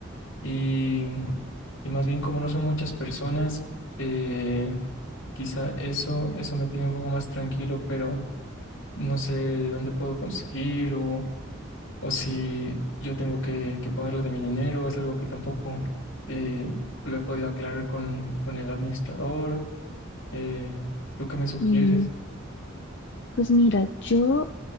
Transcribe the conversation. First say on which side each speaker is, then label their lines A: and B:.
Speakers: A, on the left; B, on the left.
A: y, y más bien como no son muchas personas, eh, quizá eso, eso me tiene un poco más tranquilo, pero no sé dónde puedo conseguir o si yo tengo que, que ponerle de mi dinero, es algo que tampoco eh, lo he podido aclarar con, con el administrador. Eh, ¿tú qué me sugieres?
B: Mm, pues mira, yo